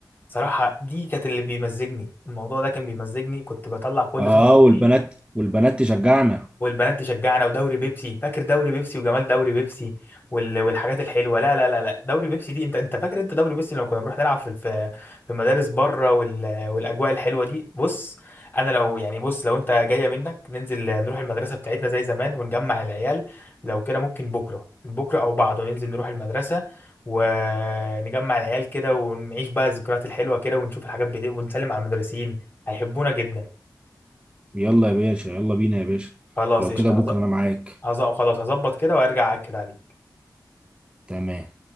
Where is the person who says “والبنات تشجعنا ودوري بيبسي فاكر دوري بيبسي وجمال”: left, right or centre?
Left